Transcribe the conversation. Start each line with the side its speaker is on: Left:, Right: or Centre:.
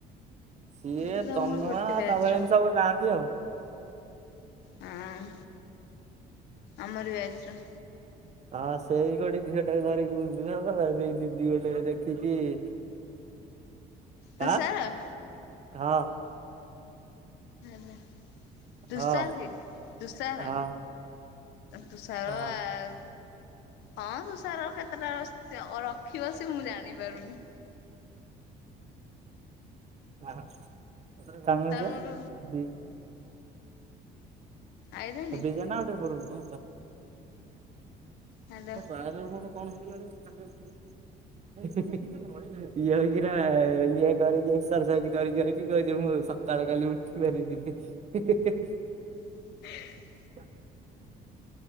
Right: ସିଏ
Left: ସେ ସବୁ
Right: ତନୁଆ
Left: ମୋର ଗୋଟେ ବ୍ୟାଚ୍
Right: ତା ବଲାନୀ
Left: ର
Right: ସବୁ ଯାଆନ୍ତି ଆଉ।
Left: ହଁ ଆମରି ବେଚ୍ ର
Right: ହଁ ସେଇ ଗୋଟେ ଝିଅଟାକୁ ଧରିକି ବୁଲୁଥିଲି ସେଇ ଦିଦି ଗୋଟେ ଦେଖିକି <inaudible>
Left: ତୁସାର?
Right: ଆଁ ହଁ।
Left: ହେଲା ତୁସାର
Right: ହଁ
Left: କି ତୁଷାର?
Right: ହଁ
Left: ତୁ ସାର
Right: ହଁ।
Left: ଆଉ ହଁ ତୁଷାର କେତେଟା ର ରଖିବ ସ ମୁଁ ଜାଣ ଆଣିପାରୁନି?
Right: ଅ ହ ଏଥର ଚାଲୁନ
Left: ତାର
Right: ଯିବା?
Left: ମୋର ଆଇଲାଣି
Right: ଏ ବି ଟେ ନା ଆଉ ଟିକେ ପରେ, ହଁ
Left: ହ୍ୟାଲୋ
Right: ଚାଲ୍ ସଇଲା <unintelligible> କଣ ହେଇଥିଲା ରେ ଚାଲି <unintelligible> ଇଏ ଏଇ କିରା ଇଏ କରିକି ଏକସ୍ସାଇଜ କରି କରିକି କହୁଚି ମୁଁ ସକାଳେ କାଲି ଉଠି ପାରିବିକି ନାଇଁ?
Left: <inaudible>
Right: <inaudible>